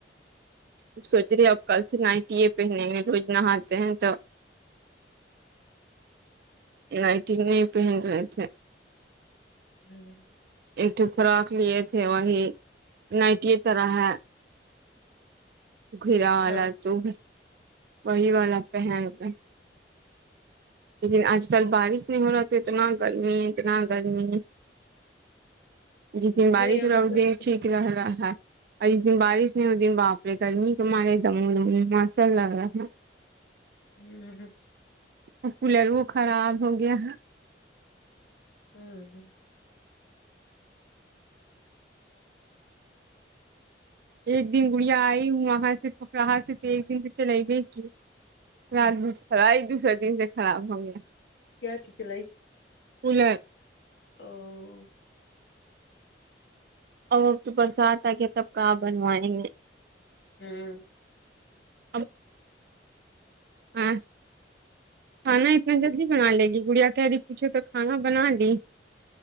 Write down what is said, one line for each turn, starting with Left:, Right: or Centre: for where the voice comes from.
Right: اب سوچ رہی اب کل سے نائٹیاں پہن گے روز نہاتے ہیں تو نائٹی نہیں پہن رہے تھے
Left: <unintelligible>
Right: ایک تو فراک لیے تھے وہی نائٹی طرح ہے گھرا والا
Left: ہاں
Right: تو ہے وہی والا پہن رے لیکن آج کل بارش نہیں ہو رہا تو اتنا گرمی اتنا گرمی جس
Left: نہیں
Right: دن بارش
Left: یہاں
Right: رہوگی
Left: تھوڑی سی
Right: ٹھیک ره رہا ہے اور جس دن بارش نہیں اس دن باپرے گرمی کی مارے دم میں دم موسم لگ رہا ہے ہلو
Left: ہوں ہوں ہوں
Right: ہوں کولر وہ خراب ہو گیا ہے
Left: ہوں ہوں
Right: ایک دن گڑیا آئی ہوں وہاں سے پکراہا سے ایک دن تو چلے گی تھی رات بھر چلائی دوسرے دن یہ خراب ہوگیا
Left: کیا اچھی چلائی
Right: کولر
Left: ا وہ
Right: اور اب تو برسات آ گیا تب کہاں بنوائیں گے
Left: ہوں
Right: اب ہاں کھانا اتنا جلدی بنا لے گی گڑیا کہہ رہی پوچھے تو کھانا بنا لی